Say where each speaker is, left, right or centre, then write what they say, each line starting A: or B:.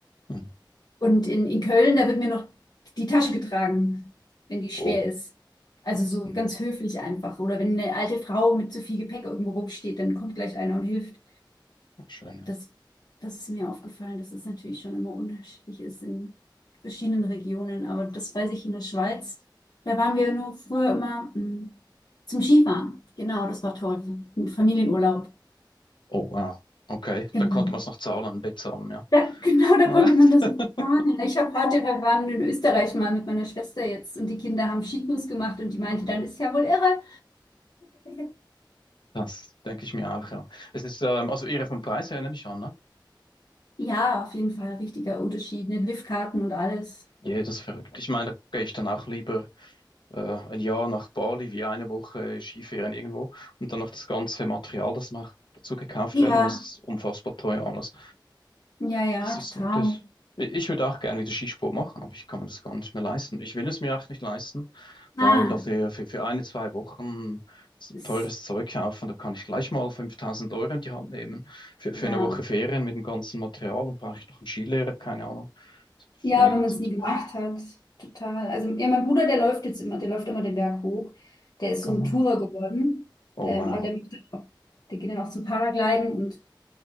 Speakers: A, on the left (about 70°); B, on the left (about 55°).
A: hm.
B: Und in, in Köln, da wird mir noch die Tasche getragen, wenn die schwer
A: Oh,
B: ist. Also so
A: hm.
B: ganz höflich einfach. Oder wenn eine alte Frau mit zu viel Gepäck irgendwo rumsteht, dann kommt gleich einer und hilft.
A: schön.
B: Das, das ist mir aufgefallen, dass es natürlich schon immer unterschiedlich ist in verschiedenen Regionen. Aber das weiß ich in der Schweiz. Da waren wir nur früher immer mh, zum Skifahren. Genau, das war toll. Ein Familienurlaub.
A: Oh, wow. Okay,
B: Genau.
A: da konnte man es noch zahlen, bezahlen, ja.
B: Da, <laughs> genau, da
A: <laughs>
B: konnte man das planen. Ich habe heute, wir waren in Österreich mal mit meiner Schwester jetzt und die Kinder haben Skikurs gemacht und die meinte, dann ist ja wohl irre. <laughs>
A: Das denke ich mir auch, ja. Es ist, ähm, also ihre vom Preis her nehme ich an, ne?
B: Ja, auf jeden Fall richtiger Unterschied. Ne? Liftkarten und alles.
A: Ja, das ist verrückt. Ich meine, da gehe ich dann auch lieber äh, ein Jahr nach Bali, wie eine Woche Skifahren irgendwo und dann noch das ganze Material, das noch dazu gekauft
B: Ja,
A: werden muss, ist unfassbar teuer alles.
B: ja, ja,
A: Das ist
B: total.
A: so, das. Ich würde auch gerne wieder Skisport machen, aber ich kann mir das gar nicht mehr leisten. Ich will es mir auch nicht leisten, weil
B: Ah.
A: dafür für, für eine, zwei Wochen so
B: Ist,
A: teures Zeug kaufen, da kann ich gleich mal 5000 Euro in die Hand nehmen. Für,
B: ja,
A: für eine Woche Ferien mit dem ganzen Material und brauche ich noch einen Skilehrer, keine Ahnung. Viel
B: ja, wenn man
A: zu
B: es nie
A: teuer.
B: gemacht hat, total. Also ja, mein Bruder, der läuft jetzt immer, der läuft immer den Berg hoch. Der ist
A: Kann
B: so ein
A: man
B: Tourer
A: noch.
B: geworden,
A: Oh
B: ähm,
A: wow.
B: aber der macht dann auch, der geht dann auch zum Paragliden und